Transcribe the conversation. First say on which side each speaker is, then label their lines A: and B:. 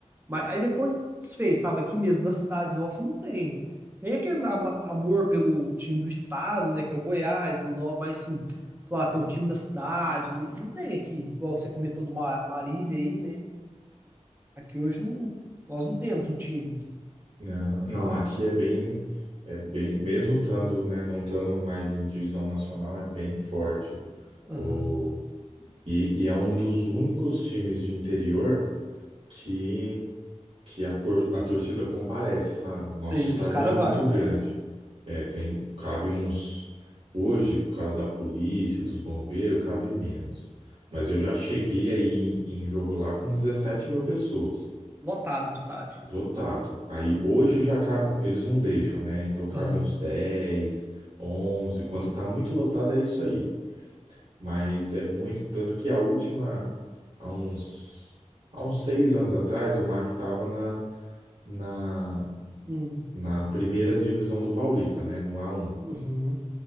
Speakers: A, on the right (about 15°); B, on the right (about 50°).
A: mas aí depois desfez, sabe? Aqui mesmo na cidade nossa não tem. Tem aquele ama- amor pelo time do estado, né, que é o Goiás, o Nova, mas sim, falar, ah, tem um time da cidade, não tem aqui, igual você comentou do Ma- Marília aí, né? Aqui hoje não, nós não temos um time.
B: Aham. Não, aqui é bem, é bem, mesmo estando, né, não estando mais em divisão nacional, é bem forte.
A: Aham.
B: O, e, e é um dos únicos times de interior que, que a, cor, a torcida comparece, sabe? Nosso
A: E
B: estádio
A: os caras
B: não é muito
A: vai.
B: grande. É, tem, cabe uns, hoje, por causa da polícia, dos bombeiros, cabe menos. Mas eu já cheguei aí em, em jogo lá com 17 mil pessoas.
A: Lotado o estádio.
B: Lotado. Aí hoje já cabe, eles não deixam, né? Então cabe
A: Aham.
B: uns 10, 11. Quando tá muito lotado é isso aí. Mas é muito, tanto que a última, há uns, há uns seis anos atrás, o Mark tava na, na,
A: Hum.
B: na primeira divisão do Paulista, né? No A1.
A: Uhum.